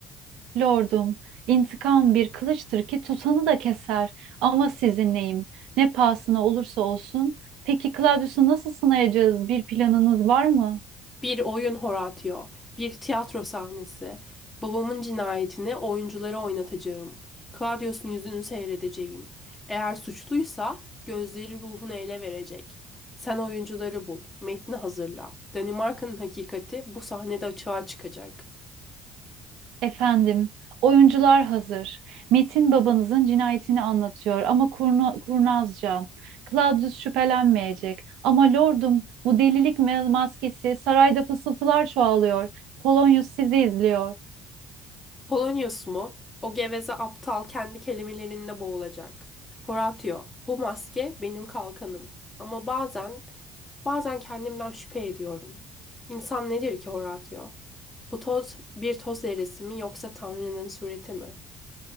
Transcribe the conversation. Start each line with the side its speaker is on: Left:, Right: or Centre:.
Right: Lordum, intikam bir kılıçtır ki tutanı da keser. Ama sizinleyim. Ne pahasına olursa olsun. Peki Claudius'u nasıl sınayacağız? Bir planınız var mı?
Left: Bir oyun Horatio, bir tiyatro sahnesi. Babamın cinayetini oyunculara oynatacağım. Claudius'un yüzünü seyredeceğim. Eğer suçluysa gözleri ruhunu ele verecek. Sen oyuncuları bul, metni hazırla. Danimarka'nın hakikati bu sahnede açığa çıkacak.
Right: Efendim, oyuncular hazır. Metin babanızın cinayetini anlatıyor ama kurna, kurnazca. Claudius şüphelenmeyecek. Ama lordum, bu delilik ma- maskesi sarayda fısıltılar çoğalıyor. Polonius sizi izliyor.
Left: Polonius mu? O geveze aptal kendi kelimelerinde boğulacak. Horatio, bu maske benim kalkanım. Ama bazen, bazen kendimden şüphe ediyorum. İnsan nedir ki Horatio? Bu toz bir toz zerresi mi yoksa Tanrı'nın sureti mi?